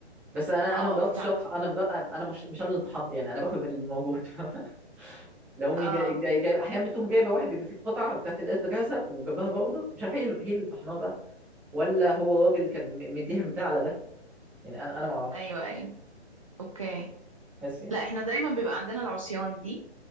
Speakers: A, in the centre; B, on the right.
A: بس انا
B: اه
A: انا ما جربتش
B: بتاع
A: اطحن انا مجرب انا مش مش انا اللي طحنت يعني انا باخد من الموجود فاهم <laughs> لو امي
B: اه
A: جاي- جاي- جايب احيانا بتقوم جايبه واحد بيبقى فيه قطعه بتاعت القرفه جاهزه وجنبها بودره مش عارف هي اللي- هي اللي طحناها بقى ولا هو الراجل اللي كان م- مديها من ده على ده يعني انا انا ما اعرفش
B: ايوه ايوه اوكي
A: بس يعني
B: لا احنا دايما بيبقى عندنا العصيان دي